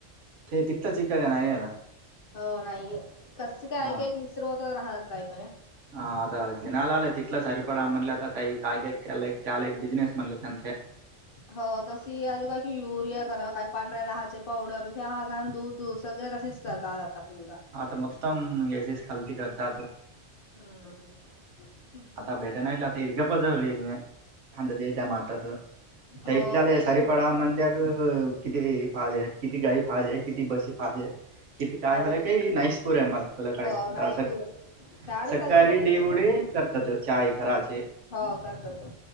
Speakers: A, on the right (about 70°); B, on the left (about 50°).
A: ते तितका चिक्का का नाही आहे ना
B: हो नाहीये कस काय
A: हा.
B: का एक मिस्र होत राहतय पण
A: हा आता जनाला आला तिथला सरीपडा म्हटलं आता तई काय का त्याला त्याला एक बिझिनेस म्हणलं त्यां ते
B: हो तशी अजू काय की युरिया करा काही पांढरा्या राहाचे पावडर क ह घा दूध दूध सगळे तसे जात पूरा
A: आता मद्तम यशस खालती करतात
B: हम्म
A: आता भेट नाहीटलं आता इिर्गपजवली अ देच्या मातचं त इथल्याला
B: हो देश
A: सारीपाडा
B: मग
A: म्हल्या क किती पाहिजे किती गाडी पाजे किती बस हजे किती काय
B: हो
A: झालंय काी नाईसपूर आहे मला का
B: हो
A: आता
B: नाही
A: असं
B: पुरत झाड
A: सक्काारी
B: सगळी ताई
A: देबुडे करतात चाय कराचे
B: हो करतात ते.